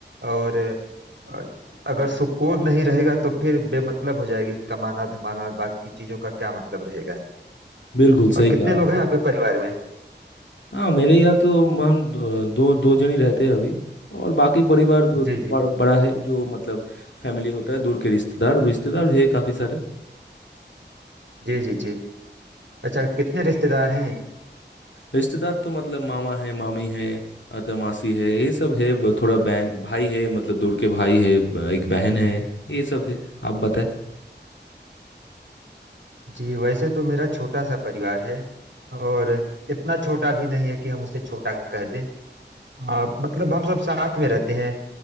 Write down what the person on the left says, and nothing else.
बिल्कुल सही
कहा
हाँ मेरे यहाँ तो म- हम दो दो दो जन ही रहते हैं अभी और बाकी परिवार ब-
बड़ा बड़ा है जो मतलब फैमिली होता है दूर के रिश्तेदार रिश्तेदार है काफी सारे
रिश्तेदार तो मतलब मामा है मामी है अ, तो मासी है ये सब है ब- थोड़ा बहन भाई है मतलब दूर के भाई है ब- एक बहन है ये सब है आप बताएं